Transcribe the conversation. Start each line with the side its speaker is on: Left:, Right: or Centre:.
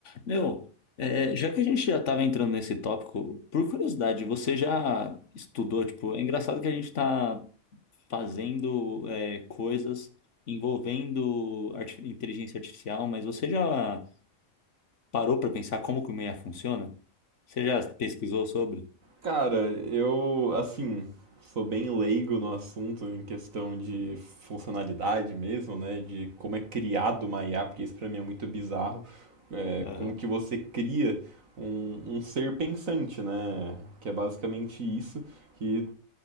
Left: Meu, é, já que a gente já estava entrando nesse tópico, por curiosidade, você já estudou, tipo, é engraçado que a gente está fazendo é, coisas envolvendo arti- inteligência artificial, mas você já parou para pensar como que o IA funciona? Você já pesquisou sobre?
Right: Cara, eu, assim, sou bem leigo no assunto em questão de funcionalidade mesmo, né? De como é criado uma IA, porque isso pra mim é muito bizarro. É,
Left: Aham.
Right: como que você cria um, um ser pensante, né? Que é basicamente isso, que